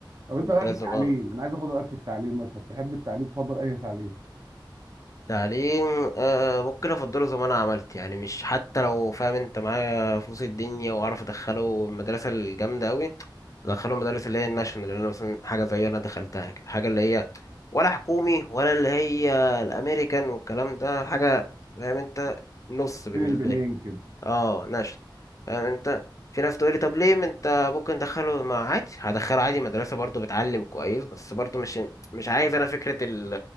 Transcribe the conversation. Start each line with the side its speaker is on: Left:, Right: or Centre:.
Right: طب انت
Left: انت
Right: رايك
Left: لازم
Right: في التعليم
Left: اه
Right: انا عايز اخد رايك في التعليم مثلا تحب التعليم تفضل اي تعليم
Left: تعليم آه ممكن افضله زي ما انا عملت يعني مش حتى لو فاهم انت معايا فلوس الدنيا واعرف ادخله المدرسه الجامده قوي ادخله المدارس اللي هي الناشونال اللي انا مثلا حاجه زي انا دخلتها كده حاجه اللي هي ولا حكومي ولا اللي هي الامريكان والكلام ده حاجه فاهم انت نص بالنسبه
Right: بين البنين
Left: لي
Right: كده
Left: اه نشل فاهم انت في ناس تقولي طب ليه ما انت ممكن تدخله ما عادي هدخله عادي مدرسة برضو بتعلم كويس بس برضو مش مش عايز انا فكرة ال-